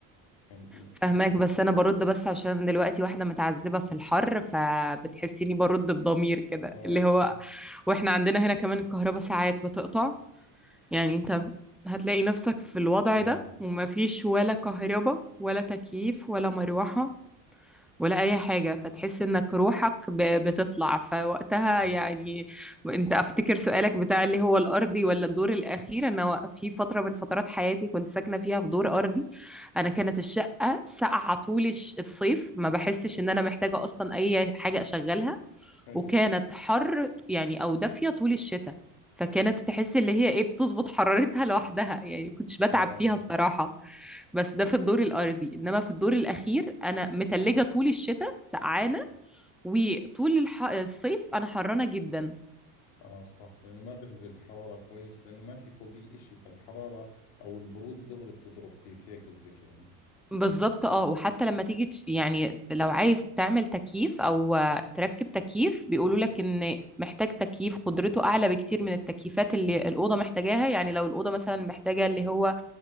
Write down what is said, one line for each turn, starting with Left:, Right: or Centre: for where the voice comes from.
Left: فهمتي
Centre: فاهماك بس انا برد بس عشان دلوقتي واحدة متعذبة في الحر فبتحسيني برد بضمير كده
Left: اه
Centre: اللي هو
Left: صح
Centre: واحنا عندنا هنا كمان الكهرباء ساعات بتقطع يعني انت هتلاقي نفسك في الوضع
Left: اه
Centre: ده ومفيش ولا كهرباء ولا تكييف ولا مروحة ولا أي حاجة فتحس إنك روحك ب- بتطلع فوقتها
Left: اه
Centre: يعني أنت أفتكر سؤالك بتاع اللي هو الأرضي ولا الدور الأخير أنا وق- في فترة من فترات حياتي كنت ساكنة فيها في دور أرضي أنا كانت الشقة ساقعة طول الش- الصيف ما بحسش إن أنا محتاجة أصلا أي حاجة أشغلها
Left: حلو
Centre: وكانت حر يعني أو دافية طول الشتاء فكانت تحس اللي هي ايه بتظبط حرارتها لوحدها يعني ما كنتش بتعب
Left: اه
Centre: فيها الصراحة بس ده في الدور الأرضي إنما في الدور الأخير أنا متلجة طول الشتاء سقعانة وطول الح... الصيف أنا حرانة جدا
Left: اه صح لانه ما بعزل الحراره كويس لانه ما في فوقيه اشي فالحراره او البروده دغري بتضرب فيك هيك قصدك يعني
Centre: بالظبط اه وحتى لما تيجي تش- يعني لو عايز تعمل تكييف او آه، تركب تكييف بيقولوا لك ان محتاج تكييف قدرته اعلى بكتير من التكييفات اللي الاوضه محتاجاها يعني لو الاوضه مثلا محتاجه اللي هو